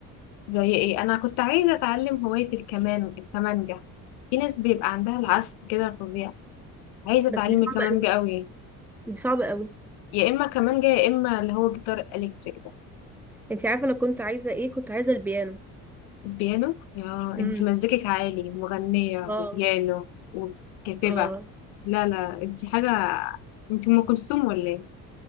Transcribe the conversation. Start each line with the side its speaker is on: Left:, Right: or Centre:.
Left: زي إيه أنا كنت عايزة أتعلم هواية الكمان الكمانجة في ناس بيبقى عندها العزف كده فظيع عايزة
Centre: بس
Left: أتعلم
Centre: دي صعبة
Left: الكمانجة
Centre: قوي
Left: قوي
Centre: دي صعبة قوي
Left: يا إما كمانجة يا إما اللي هو جيتار إلكتريك ده.
Centre: انت عارفة انا كنت عايزة ايه كنت عايزة البيانو
Left: البيانو يا
Centre: امم
Left: انت مزيكك عالي مغنية
Centre: اه
Left: وبيانو وكاتبة
Centre: اه
Left: لا لا انت حاجة انت ام كلثوم ولا ايه